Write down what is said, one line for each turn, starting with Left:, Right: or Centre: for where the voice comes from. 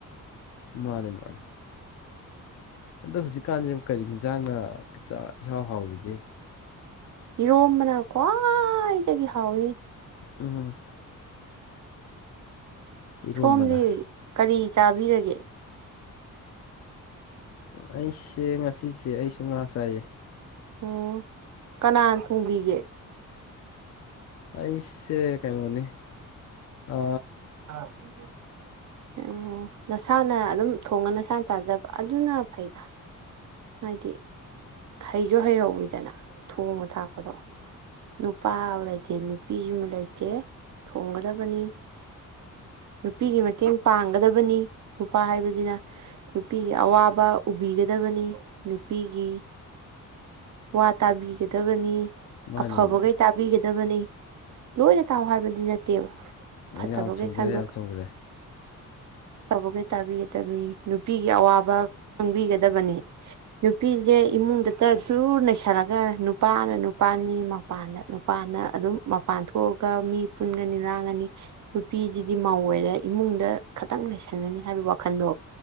Left: ꯃꯥꯅꯦꯦ ꯃꯥꯅꯦꯦ ꯑꯗꯣ ꯍꯧꯖꯤꯛꯀꯥꯟꯁꯦ ꯀꯔꯤ ꯌꯦꯟꯖꯥꯡꯅ ꯀꯆꯥꯥꯛ ꯏꯍꯥꯎ ꯍꯥꯎꯔꯤꯒꯦ
Right: ꯏꯔꯣꯝꯕꯅ ꯈ꯭ꯋꯥꯏꯗꯒꯤ ꯍꯥꯎꯋꯤ
Left: ꯎꯝ ꯏꯔꯣꯝꯕꯅ
Right: ꯁꯣꯝꯗꯤ ꯀꯔꯤ ꯆꯥꯕꯤꯔꯒꯦ
Left: ꯑꯩꯁꯦ ꯉꯁꯤꯁꯦ ꯑꯩꯁꯨ ꯉꯥ ꯆꯥꯏꯌꯦ
Right: ꯑꯣ ꯀꯅꯥ ꯊꯣꯡꯕꯤꯒꯦ
Left: ꯑꯩꯁꯦ ꯀꯩꯅꯣꯅꯤ ꯑ
Right: ꯑꯣ ꯅꯁꯥꯅ ꯑꯗꯨꯝ ꯊꯣꯡꯉ ꯅꯁꯥꯅ ꯆꯥꯖꯕ ꯑꯗꯨꯅ ꯐꯩꯗ ꯍꯥꯏꯗꯤ ꯍꯩꯁꯨ ꯍꯩꯍꯧꯋꯤꯗꯅ ꯊꯣꯡꯉ ꯊꯥꯛꯄꯗꯣ ꯅꯨꯄꯥ ꯂꯩꯇꯦ ꯅꯨꯄꯤ ꯑꯃ ꯂꯩꯇꯦ ꯊꯣꯡꯒꯗꯕꯅꯤ <inaudible> ꯅꯨꯄꯤꯒꯤ ꯃꯇꯦꯡ ꯄꯥꯡꯒꯗꯕꯅꯤ ꯅꯨꯄꯥ ꯍꯥꯏꯕꯁꯤꯅ ꯅꯨꯄꯤꯒꯤ ꯑꯋꯥꯕ ꯎꯕꯤꯒꯗꯕ ꯅꯨꯄꯤꯒꯤ ꯋꯥ ꯇꯥꯕꯤ ꯗꯕꯅꯤ
Left: ꯃꯥꯅꯦ
Right: ꯑꯐꯕꯈꯩ
Left: ꯃꯥꯅꯦ
Right: ꯇꯥꯕꯤꯒꯗꯕꯅꯤ ꯂꯣꯏꯅ ꯇꯥꯎ ꯍꯥꯏꯕꯗꯤ ꯅꯠꯇꯦꯕ ꯐꯠꯇꯕꯈꯩ
Left: ꯌꯥꯝ ꯆꯨꯝꯈ꯭ꯔꯦ
Right: ꯈꯟꯗꯣꯛ
Left: ꯌꯥꯝ ꯆꯨꯝꯈ꯭ꯔꯦ
Right: ꯇꯧꯕꯈꯩ ꯇꯥꯕꯤꯒꯗꯕꯅꯤ ꯅꯨꯄꯤꯒꯤ ꯑꯋꯥꯕ ꯈꯪꯕꯤꯒꯗꯕꯅꯤ ꯅꯨꯄꯤꯁꯦ ꯏꯃꯨꯡꯗꯇ ꯁꯨꯔ ꯅꯩꯁꯜꯂꯒ ꯅꯨꯄꯥꯅ ꯅꯨꯄꯥꯅꯤ ꯃꯄꯥꯟꯗ ꯅꯨꯄꯥꯅ ꯑꯗꯨꯝ ꯃꯄꯥꯟ ꯊꯣꯛꯑꯒ ꯃꯤ ꯄꯨꯟꯒꯅꯤ ꯂꯥꯡꯒꯅꯤ ꯅꯨꯄꯤꯁꯤꯗꯤ ꯃꯧ ꯑꯣꯏꯔꯦ ꯏꯃꯨꯡꯗ ꯈꯥꯠ ꯈꯤꯇꯪ ꯂꯩꯁꯟꯒꯅꯤ ꯍꯥꯏꯕꯒꯤ ꯋꯥꯈꯟꯗꯣ